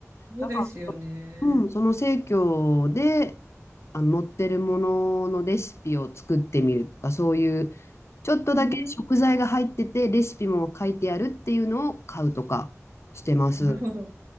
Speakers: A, on the right; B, on the left.
A: そうですよね。
B: だから、うん、その生協であの載ってるもののレシピを作ってみるとか、そういうちょっとだけ食材が入ってて、
A: うん。
B: レシピも書いてあるっていうのを買うとかしてます。
A: なるほど。